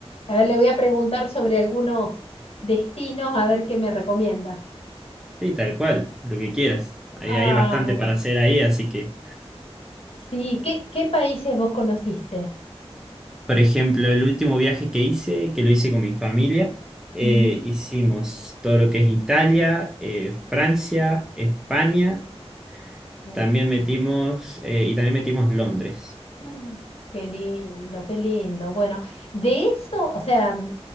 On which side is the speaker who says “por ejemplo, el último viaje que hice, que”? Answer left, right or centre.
Centre